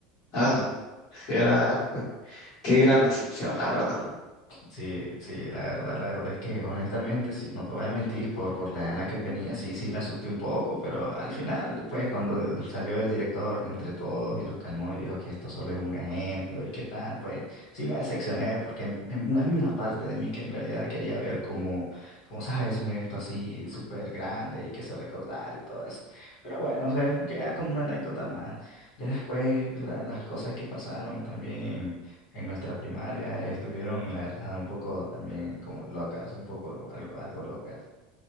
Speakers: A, on the left; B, on the left.
A: ah, era, qué gran decepción, la verdad.
B: sí, sí, la verdad, la verdad es que honestamente, sí, no te voy a mentir, por, por la edad en la que tenía, sí, sí me asusté un poco, pero al final, pues, cuando el- salió el director de entre todos y los calmó y dijo que esto solo es un ejemplo y qué tal, pues, sí me decepcioné porque en- en una- había una parte de mí que en realidad quería ver como, como sabes, un evento así súper grande y que se recordar y todo eso. Pero bueno, o sea, queda como una anécdota más. Ya después, la- las cosas que pasaron también en En nuestra primaria estuvieron, la verdad, un poco también como locas, un poco algo, algo locas.